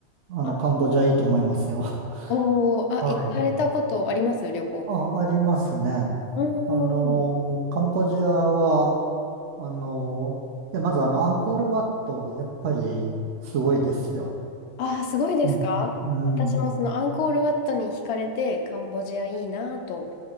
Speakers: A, on the right (about 75°); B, on the left (about 65°).
A: あの、
B: あ、
A: カンボジアいいと思いますよ。<laughs>
B: おー、あ、
A: はい。
B: 行かれたことあります旅行。
A: あ、ありますね。
B: う
A: あの、
B: ーん。
A: カンボジアは、あの、いや、まずあの、アンコールワットはやっぱりすごいですよ。
B: あー、すごいですか私もそのアンコールワットに惹かれてカンボジアいいなと
A: うん。うん